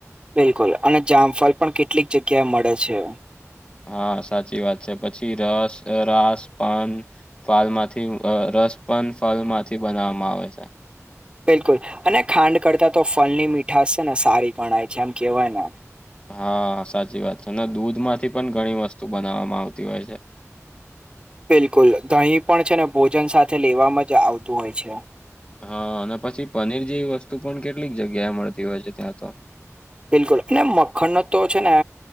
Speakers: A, on the right; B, on the left.
A: બિલકુલ અને જામફલ પણ કેટલીક જગ્યાએ મળે છે.
B: હા સાચી વાત છે પછી રસ રાસપન ફળ માંથી રસ પણ ફળ માંથી બનાવવામાં આવે છે.
A: બિલકુલ અને ખાંડ કરતા તો ફલની મીઠાશ છે ને સારી ગણાય છે એમ કેવાય.
B: હા સાચી વાત છે ને દૂધમાંથી પણ ઘણી વસ્તુ બનાવવામાં આવતી હોય છે.
A: બિલકુલ ઘહી પણ છે ને ભોજન સાથે લેવામાં જ આવતું હોય છે.
B: હા અને પછી પનીર જેવી વસ્તુ પણ કેટલીક જગ્યાએ મળતી હોય છે. ત્યાં તો
A: બિલકુલ અને મખણ ન તો છે ને.